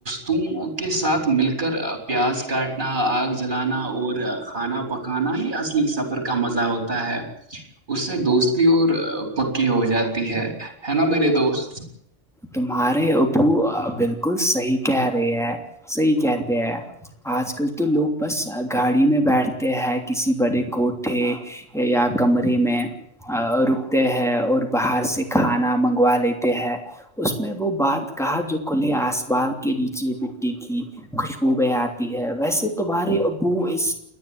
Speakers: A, on the right; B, in the centre.
A: تم کے ساتھ مل کر پیاز کاٹنا آگ جلانا اور کھانا پکانا ہی اصلی سفر کا مزہ ہوتا ہے اس سے دوستی اور پکی ہو جاتی ہے ہے نا میرے دوست
B: تمہارے ابو بالکل صحیح کہ ہے سی کہتے ہیں آج کل تو لوگ بس گاڑی میں بیٹھتے ہیں کسی بڑے کوٹے یا کمرے میں رکتے ہیں اور باہر سے کھانا منگوا لیتے ہیں اس میں وہ بات کہا جو کھلے آس بال کے نیچے چی مٹی کی خوشبو میںیں آتی ہے ویسے تمہارے ابو اس